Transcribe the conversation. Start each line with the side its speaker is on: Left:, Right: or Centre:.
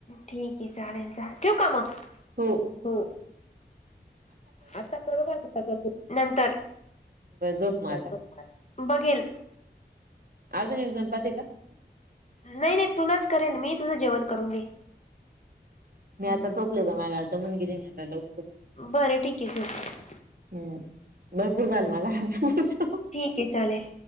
Left: ठीक आहे चालेल चालेल ठेऊ का म हं.
Right: हो.
Left: आता करू का नंतर करू नंतर
Right: बरं झोप मग
Left: <unintelligible>
Right: आता
Left: बघिल
Right: अजून एकदम पते का?
Left: नाही नाही तुलाच करेन मी तुझं जेवण करून घे.
Right: मी
Left: हम्म
Right: आता झोपले <unintelligible> आता लवकर
Left: बरं ठीक आहे झोप
Right: हम्म भरपूर झालं मला
Left: ओके चालेल.